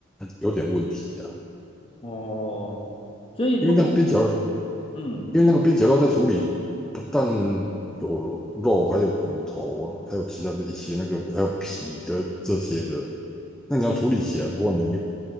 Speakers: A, in the centre; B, on the left (about 25°).
A: 有点问题啊。
B: 哦，所以如果
A: 因为那个边角料。
B: 嗯
A: 因为那个边角肉在处理，不但有肉，还有骨头啊，还有其他的一些那个，还有皮的这些的。那你要处理起来的话，你